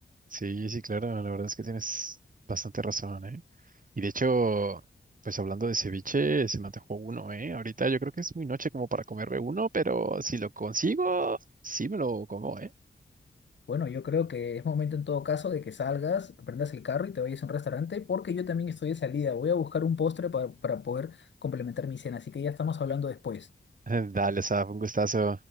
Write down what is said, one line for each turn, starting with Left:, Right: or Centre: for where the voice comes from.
Right: Sí, sí, claro, la verdad es que tienes bastante razón, ¿eh? Y de hecho, pues hablando de ceviche, se me antojó uno, ¿eh? Ahorita yo creo que es muy noche como para comerme uno, pero si lo consigo, sí me lo como, ¿eh?
Left: Bueno, yo creo que es momento en todo caso de que salgas, prendas el carro y te vayas a un restaurante, porque yo también estoy de salida. Voy a buscar un postre pa- para poder complementar mi cena, así que ya estamos hablando después.
Right: <laughs> Dale, Saf, un gustazo.